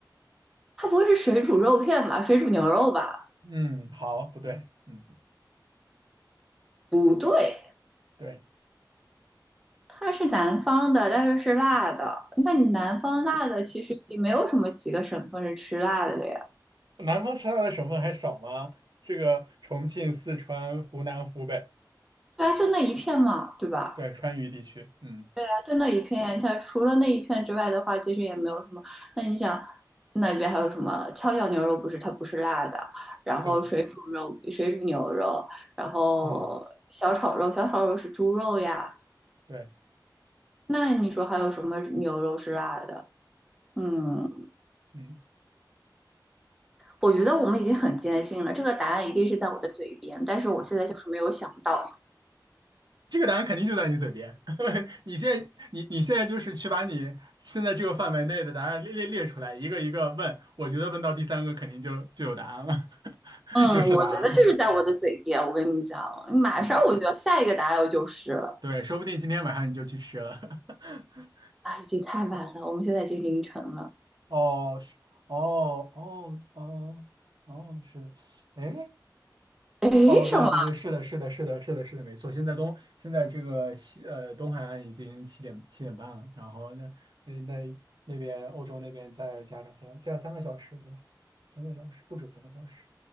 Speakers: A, in the centre; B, on the right.
A: 它不会是水煮肉片吧？水煮牛肉吧？
B: 嗯，好，不对，嗯，
A: 不对，
B: 对。
A: 它是南方的，但是是辣的。那你南方辣的其实已经没有什么几个省份是吃辣的了呀。
B: 南方吃辣的省份还少吗？这个重庆、四川、湖南、湖北，
A: 对啊，就那一片嘛，对吧？
B: 对，川渝地区，嗯，
A: 对啊，就那一片。它除了那一片之外的话，其实也没有什么。那你想，那边还有什么跷脚牛肉？不是，它不是辣的。然后水煮肉、
B: 对，
A: 水煮牛肉，然后小炒肉，
B: 嗯，
A: 小炒肉是猪肉呀。
B: 对，
A: 那你说还有什么牛肉是辣的？嗯，
B: 嗯，
A: 我觉得我们已经很坚信了，这个答案一定是在我的嘴边，但是我现在就是没有想到。
B: 这个答案肯定就在你嘴边。<laughs> 你现在，你你现在就是去把你现在这个范围内的答案列列列出来，一个一个问。我觉得问到第三个肯定就就有答案了，<laughs>
A: 嗯，
B: 就是答案。
A: 我觉得就是在我的嘴边。我跟你们讲，马上我就要下一个答案就是了。
B: 嗯，对，说不定今天晚上你就去吃了。<laughs>
A: 啊，已经太晚了，我们现在已经凌晨了。
B: 哦，是，哦，哦，哦，哦，是的，哎。
A: 诶，
B: 哦，
A: 什么？
B: 对对对，是的，是的，是的，是的，是的，没错。现在东现在这个西呃东海岸已经七点七点半了，然后那那那那边欧洲那边再加两三个，加三个小时，对吧？三个小时不止三个小时。